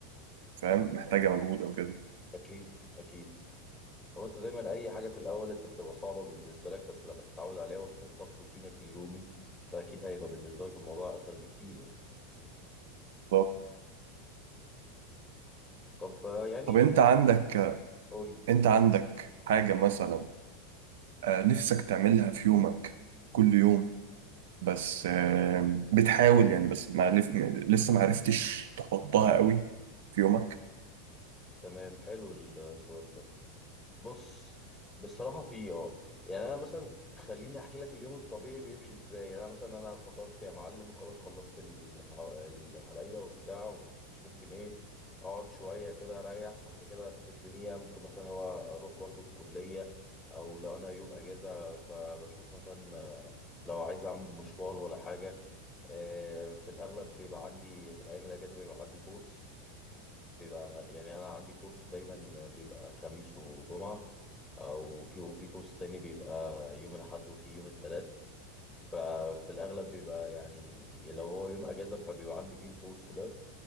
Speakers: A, on the right; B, in the centre.
A: فاهم محتاجة مجهود أو كده
B: اكيد اكيد هو انت دايما اي حاجه في الاول انت بتبقى صعبه بالنسبه لك بس لما تتعود عليها وتحطها في روتينك اليومي فاكيد هيبقى بالنسبه لك الموضوع اسهل بكتير يعني
A: طب
B: طب آه، يعني
A: طب أنت
B: ممكن
A: عندك
B: قول لي.
A: أنت عندك حاجة مثلا آه، نفسك تعملها في يومك كل يوم بس آه، بتحاول يعني بس ما عرف... لسه ما عرفتش تحطها قوي في يومك
B: تمام حلو السؤال ده بص بصراحة في اه يعني أنا مثلا خليني أحكي لك اليوم الطبيعي بيمشي إزاي يعني أنا مثلا أنا فطرت يا معلم وخلاص خلصت الح- اللي عليا وبتاع ممكن إيه أقعد شوية كده أريح وبعد كده أشوف الدنيا ممكن مثلا هو أروح برضو الكلية أو لو أنا يوم أجازة فبشوف مثلا آه، لو عايز أعمل مشوار ولا حاجة آه، في الأغلب بيبقى عندي في الأيام الأجازة بيبقى عندي كورس بيبقى يعني أنا عندي كورس دايما بيبقى خميس وجمعة او في وفي كورس تاني بيبقى يوم الاحد وفي يوم التلات ففي الاغلب بيبقى يعني لو هو يوم اجازه فبيبقى عندي فيه الكورس ده